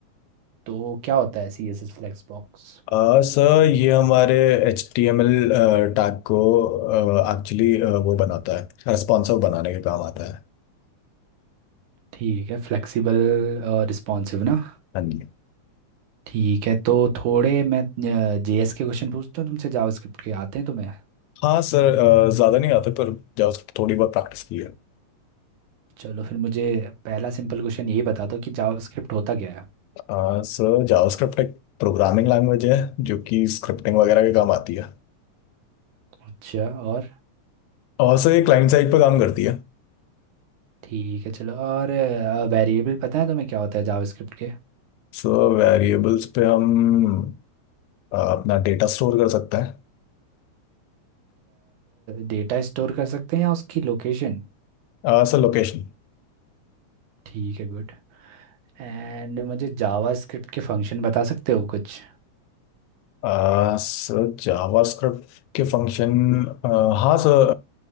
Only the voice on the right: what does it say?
तो क्या होता है सीएसएस फ्लैक्स बॉक्स
ठीक है फ्लेक्सिबल और रिस्पॉन्सिव ना
ठीक है तो थोड़े मैं जेएस के क्वेश्चन पूछता हूँ तुमसे जावास्क्रिप्ट के आते हैं तुम्हें
चलो फिर मुझे पहला सिंपल क्वेश्चन ये बता दो कि जावास्क्रिप्ट होता क्या है
अच्छा और
ठीक है चलो और वेरिएबल पता है तुम्हें क्या होता है जावास्क्रिप्ट के
डेटा स्टोर कर सकते हैं या उसकी लोकेशन
ठीक है गुड एंड मुझे जावास्क्रिप्ट के फंक्शन बता सकते हो कुछ